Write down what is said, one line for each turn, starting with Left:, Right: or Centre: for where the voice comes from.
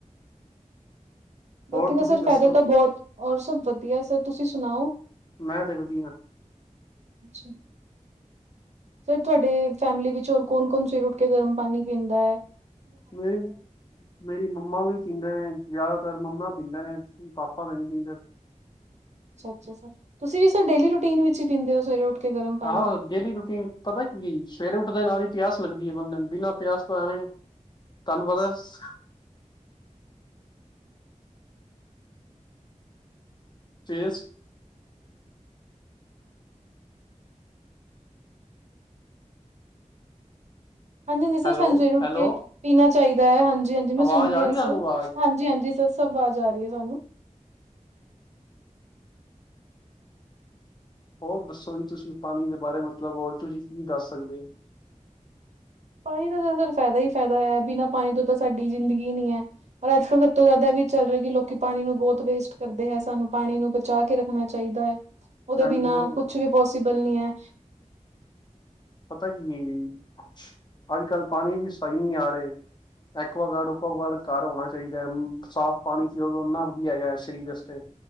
Right: ਬਾਕੀ
Left: ਹੋਰ
Right: ਤਾਂ
Left: ਤੁਸੀਂ
Right: ਸਰ
Left: ਦੱਸੋ
Right: ਫ਼ਾਇਦੇ ਤਾਂ ਬੋਤ, ਔਰ ਸਭ ਵਧੀਆ ਸਰ ਤੁਸੀਂ ਸੁਣਾਓ?
Left: ਮੈਂ ਤੇ ਵਧੀਆ,
Right: ਅੱਛਾ, ਸਰ ਤੁਹਾਡੇ ਫੈਮਿਲੀ ਵਿੱਚ ਹੋਰ ਕੌਣ ਕੌਣ ਸਵੇਰ ਉੱਠ ਕੇ ਗਰਮ ਪਾਣੀ ਪੀਂਦਾ ਐ?
Left: <inaudible> ਮੇਰੀ ਮੰਮਾ ਵੀ ਪੀਂਦੇ ਨੇ ਜ਼ਿਆਦਾਤਰ ਮੰਮਾ ਪੀਂਦੇ ਨੇ ਪਾਪਾ ਤਾਂ ਨੀ ਪੀਂਦੇ।
Right: ਅੱਛਾ ਅੱਛਾ, ਤੁਸੀਂ ਸਰ ਵੀ ਡੇਲੀ ਰੂਟੀਨ ਵਿੱਚ ਈ ਪੀਦੇ ਔ ਸਵੇਰੇ ਉੱਠ ਕੇ ਗਰਮ ਪਾਣੀ
Left: ਹਾਂ ਡੇਲੀ ਰੂਟੀਨ ਪਤਾ ਕੀ ਸਵੇਰੇ ਉੱਠਦੇ ਨਾਲ ਦੀ ਪਿਆਸ ਲੱਗਦੀ ਐ ਬੰਦੇ ਨੂੰ ਬਿਨਾਂ ਪਿਆਸ ਤਾਂ ਐਵੇਂ ਤੁਹਨੂੰ ਪਤਾ ਸ ਟੇਸਟ
Right: ਹਾਂਜੀ-ਹਾਂਜੀ ਸਰ
Left: ਹੈਲੋ
Right: ਸਾਨੂੰ ਸਵੇਰ ਉੱਠ
Left: ਹੈਲੋ
Right: ਕੇ ਪੀਣਾ ਚਾਹੀਦਾ ਐ ਹਾਂਜੀ ਹਾਂਜੀ ਮੈਂ
Left: ਆਵਾਜ਼
Right: ਸੁਣ ਰੀ
Left: ਰਹੀ
Right: ਆ
Left: ਤੁਹਾਨੂੰ
Right: ਸਰ
Left: ਆਵਾਜ਼
Right: ਹਾਂਜੀ ਹਾਂਜੀ ਸਰ ਸਭ ਵਾਜ਼ ਆ ਰੀ ਐ ਸਾਨੂੰ
Left: ਹੋਰ ਦੱਸੋ ਜੀ ਤੁਸੀਂ ਪਾਣੀ ਦੇ ਬਾਰੇ ਮਤਲਬ ਹੋਰ ਤੁਸੀਂ ਕੀ ਦੱਸ ਸਕਦੇ ਔ?
Right: ਪਾਣੀ ਦਾ ਤਾਂ ਸਾਨੂੰ ਫਾਇਦਾ ਈ ਫਾਇਦਾ ਐ ਬਿਨਾਂ ਪਾਣੀ ਤੋਂ ਤਾਂ ਸਾਡੀ ਜ਼ਿੰਦਗੀ ਨੀ ਐ। ਪਰ ਅੱਜ ਕੱਲ੍ਹ ਸਭ ਤੋਂ ਜ਼ਿਆਦਾ ਵੀ ਚੱਲ ਰਹੇ ਕਿ ਲੋਕੀ ਪਾਣੀ ਨੂੰ ਬਹੁਤ ਵੇਸਟ ਕਰਦੇ ਐ ਸਾਨੂੰ ਪਾਣੀ ਨੂੰ ਬਚਾ ਕੇ ਰੱਖਣਾ ਚਾਹੀਦਾ ਐ। ਉਹਦੇ
Left: ਪਾਣੀ
Right: ਬਿਨਾਂ
Left: ਕੀ ਹੋ ਗਿਆ
Right: ਕੁਛ ਵੀ ਪੋਸੀਬਲ ਨੀ ਐ।
Left: ਪਤਾ ਕੀ ਐ ਜੀ, ਅੱਜ-ਕੱਲ ਪਾਣੀ ਵੀ ਸਹੀ ਨੀ ਆ ਰੇ। ਐਕੁਆਗਾਰਡ ਓਕੁਆਗਾਰਡ ਘਰ ਹੋਣਾ ਚਾਹੀਦਾ ਸਾਫ਼ ਪਾਣੀ ਪੀਓ ਓੰਨਾ ਵਧੀਆ ਹੈਗਾ ਸਰੀਰ ਵਾਸਤੇ